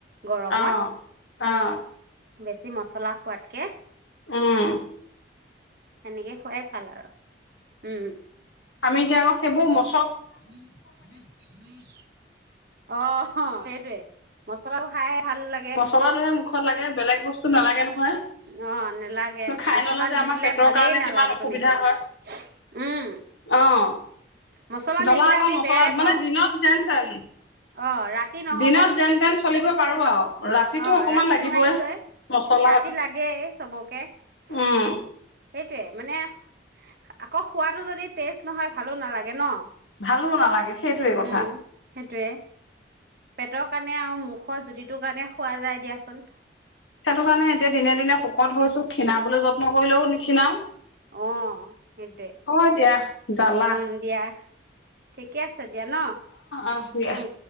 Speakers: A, on the right; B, on the left.
A: গৰমত
B: অহ, অহ।
A: বেছি মছলা খোৱাতকে।
B: অহ।
A: সেনেকে খোৱাই ভাল আৰু। উম।
B: আমি এতিয়া আকৌ সেইবোৰ ম
A: ধ ধ ধ অহ' সেইটোৱে। মচলাটোৰ খাই ভাল লাগে
B: মচলাটোহে মুখত লাগে, বেলেগ বস্তু নালাগে ন হয়,
A: অ' নেলাগে
B: খাই
A: মছলা
B: ললে যে
A: নিদিলে
B: আমাৰ পেটৰ
A: ভালেই
B: কাৰণে
A: নালাগেচোন
B: কিমান অসুবিধা
A: একো
B: হয়।
A: উম
B: অ',
A: মছলা
B: জলা
A: নিদিলে
B: অকন
A: আমি
B: মচলা
A: বেয়াই
B: মানে
A: পাওঁ
B: দিনত যেন তেন,
A: অ' ৰাতি নহ'ব
B: দিনত যেন তেন চলিব বাৰো আৰু। ৰাতিটো
A: অ
B: অকমান
A: ৰাতি
B: লাগিবই।
A: নোৱাৰিগৈ
B: মছলা
A: ৰাতি
B: পাতি
A: লাগেই চবকে সেইটোৱে
B: উম,
A: মানে আকৌ খোৱাটো যদি টেষ্ট নহয় ভালো নালাগে ন
B: ভালো নালাগে সেইটোৱে কথা
A: উম সেইটোৱে পেটৰ কাৰণে আৰু মুখৰ জুতিটোৰ কাৰণে খোৱা যায় দিয়াচোন
B: সেইটো কাৰণে এতিয়া দিনে দিনে শকত হৈছো খীণাবলৈ যত্ন কৰিলেও নিখি নাও
A: অ' সেইটোৱে
B: হয় দিয়া জালা
A: উম দিয়া ঠিকে আছে দিয়া ন
B: অ' দিয়া।
A: উম